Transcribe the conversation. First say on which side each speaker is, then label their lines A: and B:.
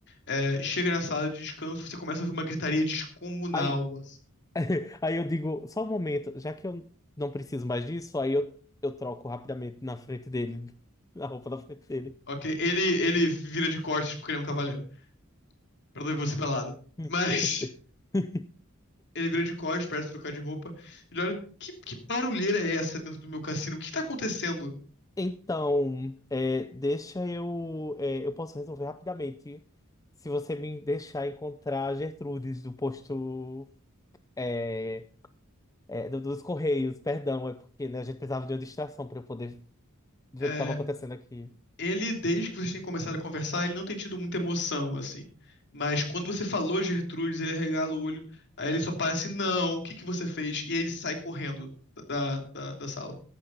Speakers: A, on the left (about 55°); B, on the left (about 15°).
A: é, chega na sala de descanso, você começa a ouvir uma gritaria descomunal,
B: Aí,
A: assim,
B: <laughs> aí eu digo, só um momento, já que eu não preciso mais disso, aí eu, eu troco rapidamente na frente dele, na roupa da frente dele.
A: ok? Ele, ele vira de costas porque ele é um cavaleiro, pra não ver você pelado.
B: <laughs>
A: Mas. Ele vira de costas, parece trocar de roupa. Ele olha, que, que barulheira é essa dentro do meu cassino? O que está acontecendo?
B: Então, é, deixa eu. é, eu posso resolver rapidamente se você me deixar encontrar a Gertrudes do posto. é, É, do- dos Correios, perdão, é porque né, a gente precisava de uma distração para eu poder ver
A: É,
B: o que estava acontecendo aqui.
A: ele, desde que vocês têm começado a conversar, ele não tem tido muita emoção, assim. Mas quando você falou Gertrudes, ele regala o olho. Aí ele só para assim, não, o que que você fez? E aí ele sai correndo da, da, da sala.